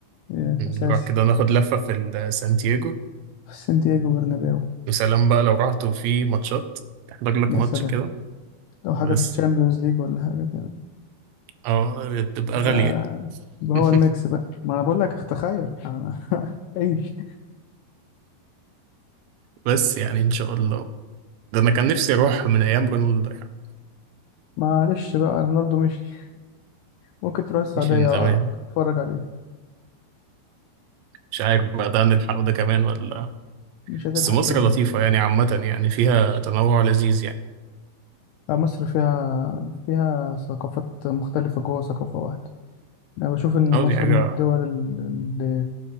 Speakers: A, on the left; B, on the right.
A: إيه،
B: نروح
A: اساسي
B: كده ناخد لفة في ال- سانتياغو
A: في سانتياغو برنابيو
B: وسلام بقى لو رحت وفي ماتشات تحضر لك
A: يا
B: ماتش
A: سلام
B: كده
A: لو حاجة
B: بس
A: في الشامبيونز ليج ولا حاجة كده
B: اه بتبقى
A: يبقى
B: غالية دي
A: يبقى
B: <laughs>
A: هو الميكس بقى ما انا بقول لك تخيل انا <laughs> ايش
B: بس يعني ان شاء الله ده انا كان نفسي اروح من ايام رونالدو يعني
A: معلش بقى رونالدو مشي ممكن تروح السعودية
B: مش من زمان
A: اقرب تتفرج عليه
B: مش عارف بقى ده هنلحقه ده كمان ولا لأ.
A: مش هتلحق
B: بس مصر
A: كده بقى.
B: لطيفة يعني عامة يعني فيها تنوع لذيذ يعني
A: لا، مصر فيها فيها ثقافات مختلفة جوه ثقافة واحدة أنا بشوف إن
B: اه
A: مصر
B: دي حاجة
A: من الدول اللي